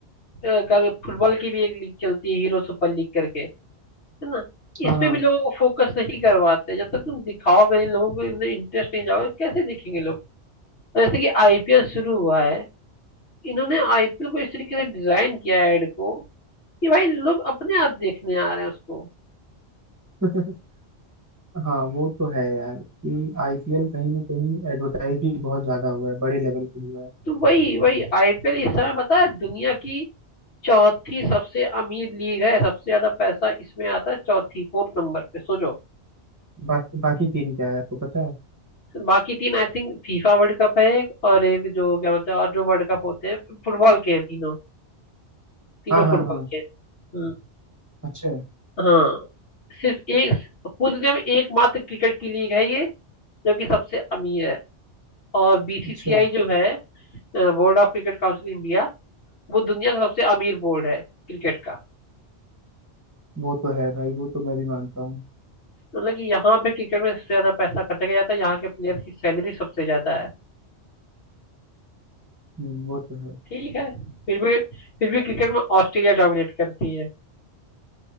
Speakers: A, on the left; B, on the right.
A: अ, कर फुटबॉल की भी एक लीग चलती है हीरो सुपर लीग करके है ना
B: हाँ
A: इस
B: हाँ
A: पे भी लोगों को फोकस नहीं करवाते जब तक तुम दिखाओगे नहीं लोगों को इनमें इंटरेस्ट नहीं जाओगे कैसे देखेंगे लोग और जैसे कि आईपीएल शुरू हुआ है इन्होंने आईपीएल को इस तरीके से डिजाइन किया है एड को कि भाई लोग अपने आप देखने आ रहे हैं उसको
B: <laughs> हाँ वो तो है यार कि आईपीएल कहीं ना कहीं एडवर्टाइज भी बहुत ज्यादा हुआ है बड़े लेवल पे हुआ है
A: तो वही वही आईपीएल इस समय पता है दुनिया की चौथी सबसे अमीर लीग है सबसे ज्यादा पैसा इसमें आता है चौथी फोर्थ नंबर पे सोचो
B: बाकी बाकी टीम क्या है आपको पता है
A: बाकी तीन I think FIFA World Cup है एक और एक जो क्या बोलते हैं और जो वर्ल्ड कप होते हैं फुटबॉल के हैं तीनों तीनों
B: हाँ हाँ
A: फुटबॉल
B: हाँ
A: के हम्म,
B: अच्छा
A: हाँ सिर्फ एक पूरी दुनिया में एकमात्र क्रिकेट की लीग है ये जो कि सबसे अमीर है और बीसीसीआई
B: अच्छा
A: जो है board of cricket council India वो दुनिया का सबसे अमीर बोर्ड है क्रिकेट का
B: वो तो है भाई वो तो मैं भी मानता हूँ
A: मतलब कि यहाँ पे क्रिकेट में सबसे ज्यादा पैसा खर्चा किया जाता है यहाँ के प्लेयर्स की सैलरी सबसे ज्यादा है
B: हम्म, वो तो है
A: ठीक है फिर भी फिर भी क्रिकेट में ऑस्ट्रेलिया डोमिनेट करती है